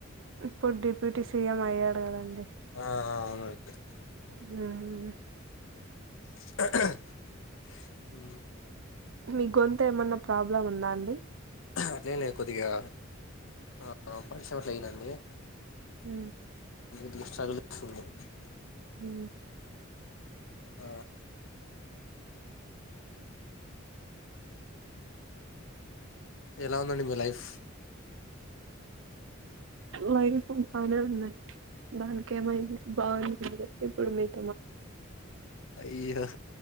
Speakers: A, on the right (about 70°); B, on the left (about 75°).
A: ఇప్పుడు డిప్యూటీ సీఎం అయ్యాడు కదండి
B: ఆ ఆ అవునండి
A: హ్మ్
B: ఉ
A: మీ గొంత ఏమన్నా ప్రాబ్లం ఉందా అండి
B: అది లేదు కొద్దిగా ఆ పటిసయం అట్లానండి
A: హ
B: మీ చదువు ఎట్టల ఉంది
A: ఉ
B: ఆ ఎలా ఉందండి మీ లైఫ్
A: లైఫ్ ఉ పేర్లేదులెండి దానికిమైంది బాగుంటుంది ఇప్పుడు మీకు
B: అయి్యో